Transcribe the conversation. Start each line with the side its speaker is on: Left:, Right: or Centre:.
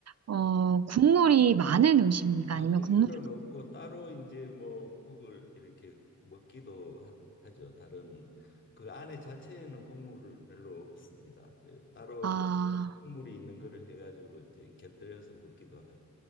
Right: 어,
Left: 네.
Right: 국물이 많은 음식입니까?
Left: 아,
Right: 아니면
Left: 국물은
Right: 국물,
Left: 없고 따로 이제 뭐 국을 이렇게 먹기도 하, 하죠. 다른 그 안에 자체에는 국물을 별로 없습니다. 그 따로
Right: 아,
Left: 뭐 국물이 있는 거를 해가지고 이제 곁들여서 먹기도 할